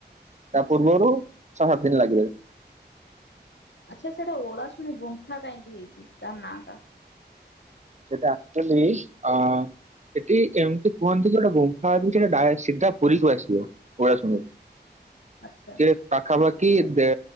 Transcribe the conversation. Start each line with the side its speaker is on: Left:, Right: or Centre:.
Right: ତା
Left: ଆଚ୍ଛା
Right: ପୂର୍ବରୁ ଛଅ ସାତ ଦିନ ଲାଗିରହେ।
Left: ଆଛା ସେଟା ଓଳାଶୁଣି ଗୁମ୍ଫା କାହିଁକି ହେଇଚି ତା ନା ଟା?
Right: ସେଟା ଆକଚୁଆଲି ଅଁ- ସେଠି ଏମିତି କୁହନ୍ତି କି ଗୋଟେ ଗୁମ୍ଫା ଅଛି ଡାରେଟ୍ ସିଧା ପୁରୀକୁ ଆସିବ, ପଳାଶୁଣିରୁ।
Left: ଆଚ୍ଛା
Right: ସେଟ ପାଖାପାଖି ଦେ